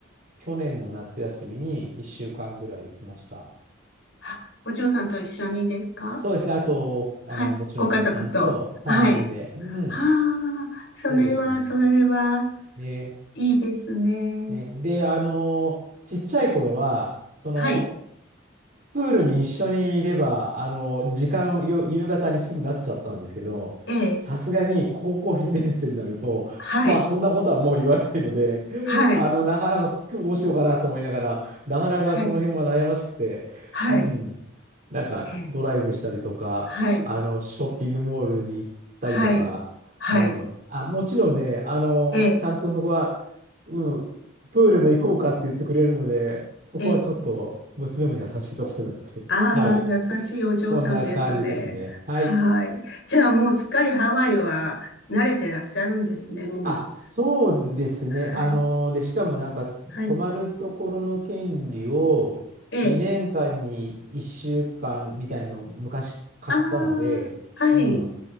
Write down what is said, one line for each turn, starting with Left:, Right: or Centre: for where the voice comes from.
Right: 去年の夏休みに1週間ぐらい行きました。
Left: あ、お嬢さんと一緒にですか
Right: そうですね。あと、あの、
Left: はい。
Right: もちろん嫁さんと3人で。
Left: ご家族と。はい。
Right: うん、
Left: ああ、それは、
Right: そうですね。
Left: それは、
Right: ね。
Left: いいですね。
Right: ね、で、あの、ちっちゃい頃は、その、
Left: はい。
Right: プールに一緒にいれば、あの、時間よ、夕方にすぐなっちゃったんですけど、
Left: ええ。
Right: さすがに高校2年生になると、
Left: はい。
Right: まあ、そんなことはもう言わないので、
Left: はい。
Right: あの、なかなか今日どうしようかなと思いながら、なかなかその辺は悩ましくて、
Left: はい。はい。
Right: うん、なんかドライブしたりとか、
Left: ええはい。
Right: あの、ショッピングモールに行ったりとか、
Left: はい。はい。
Right: うん、あ、もちろんね、あの、
Left: ええ。
Right: ちゃんとそこは、うん、プールも行こうかって言ってくれるので、そこはちょっと娘も優しいところがあって。
Left: ええ。ああ、
Right: <laughs> はい。
Left: 優しいお嬢さんですね。
Right: そんな感じですね。はい。
Left: はい。じゃあもうすっかりハワイは慣れてらっしゃるんですね、もう。
Right: あ、そうですね。
Left: はい。
Right: あの、で、しかもなんか、
Left: はい。
Right: 泊まるところの権利を2年間に1週間みたいのを昔買ったので、
Left: ええ。ああ、はい。
Right: うん。